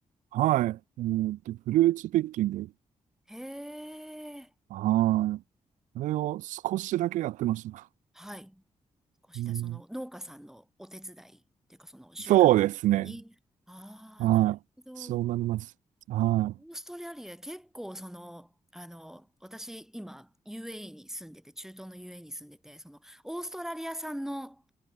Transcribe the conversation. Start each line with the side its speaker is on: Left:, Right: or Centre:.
Right: はい。えっと、フルーツピッキング。
Centre: へえ。
Right: はい。あれを少しだけやってました。
Centre: はい。少しだ、
Right: うん、
Centre: その農家さんのお手伝いっていうか、その収穫に。
Right: そうですね。
Centre: ああ、
Right: はい。
Centre: なるほど。
Right: そうなります。は
Centre: オーストラリア結構その、あの、私今 UAE に住んでて、中東の UAE に住んでて、その、オーストラリア産の